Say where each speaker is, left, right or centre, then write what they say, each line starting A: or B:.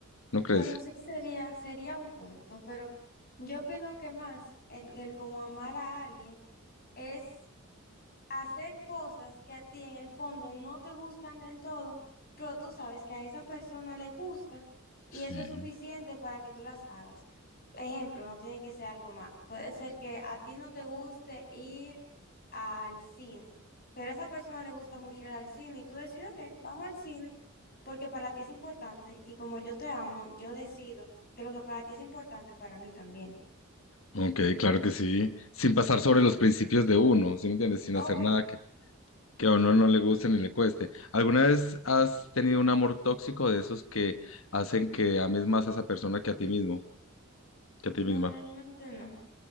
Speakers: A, on the left; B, on the left.
A: ¿no crees?
B: Bueno, sí sería, sería un punto, pero yo opino que más el, el como amar a alguien es hacer cosas que a ti en el fondo no te gustan del todo, pero tú sabes que a esa persona le gusta y
A: Sí.
B: eso es suficiente para que tú las hagas. Ejemplo, no tiene que ser algo mal. Puede ser que a ti no te guste ir al cine, pero a esa persona le gusta mucho ir al cine y tú decides, ok, vamos al cine porque para ti es importante y como yo te amo, yo decido que lo que para ti es importante, para mí también.
A: Ok, claro que sí, sin pasar sobre los principios de uno, ¿sí me entiendes? Sin
B: Obvio.
A: hacer nada que, que a uno no le guste ni le cueste. ¿Alguna vez has tenido un amor tóxico de esos que hacen que ames más a esa persona que a ti mismo, que a ti
B: No,
A: misma?
B: realmente no.